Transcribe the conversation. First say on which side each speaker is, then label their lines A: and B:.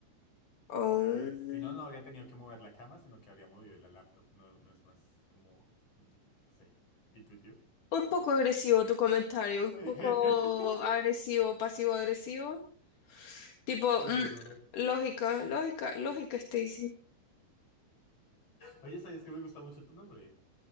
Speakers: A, on the left (about 55°); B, on the left (about 35°).
A: Oh, un
B: Eh, si no, no habría tenido que mover la cama, sino que habría movido la laptop. No, no es más como, mm, no sé, intuitivo.
A: poco agresivo tu comentario, un
B: <laughs>
A: poco agresivo, pasivo agresivo. Tipo,
B: Perdóname.
A: mm, lógica, lógica, lógica, Stacy.
B: Oye, ¿sabías que me gusta mucho tu nombre?